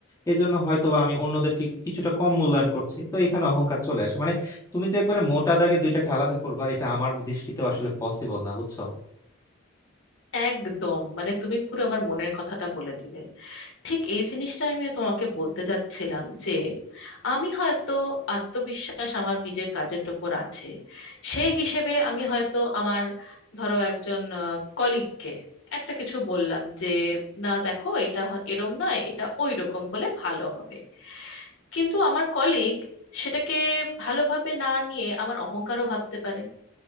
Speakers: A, on the left (about 15°); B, on the left (about 65°).
A: এই জন্য হয়তো বা আমি অন্যদেরকে কিছুটা কম মূল্যায়ন করছি তো এখানে অহংকার চলে আসে মানে তুমি যে একবারে মোটা দাগে দুইটাকে আলাদা করবা এটা আমার দৃষ্টিতে আসলে পসিবল না বুঝছো
B: একদম মানে তুমি পুরো আমার মনের কথাটা বলে দিলে ঠিক এই জিনিসটা আমি তোমাকে বলতে যাচ্ছিলাম যে আমি হয়তো আত্মবিশ্বাস আমার নিজের কাজের উপর আছে সেই হিসেবে আমি হয়তো আমার ধরো একজন কলিগকে একটা কিছু বললাম যে না দেখো এটা হ- এরম নয় এটা ওই রকম হলে ভালো হবে কিন্তু আমার কলিগ সেটাকে ভালোভাবে না নিয়ে আমার অহংকারও ভাবতে পারে